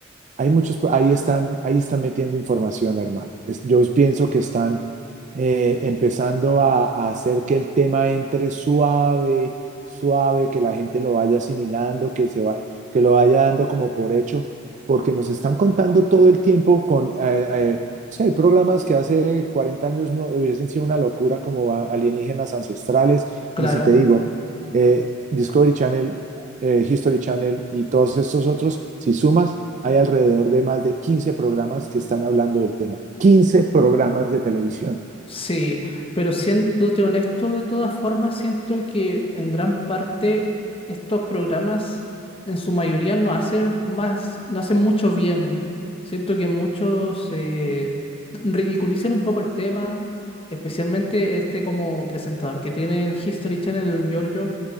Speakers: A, on the right; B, on the left.
A: hay muchos, ahí están, ahí están metiendo información, hermano. Es- yo pienso que están eh, empezando a, a hacer que el tema entre suave, suave, que la gente lo vaya asimilando, que se va, que lo vaya dando como por hecho, porque nos están contando todo el tiempo con, eh, eh, o sea, hay programas que hace 40 años no hubiesen sido una locura como a- alienígenas ancestrales,
B: claro.
A: y si te digo, eh, Discovery Channel, eh, History Channel y todos estos otros, si sumas hay alrededor de más de 15 programas que están hablando del tema. quince programas de televisión.
B: Sí, pero siéndote honesto, de todas formas, siento que en gran parte estos programas, en su mayoría, no hacen más, no hacen mucho bien. Siento que muchos eh, ridiculizan un poco el tema, especialmente este como presentador que tiene el History Channel, el Giorgio.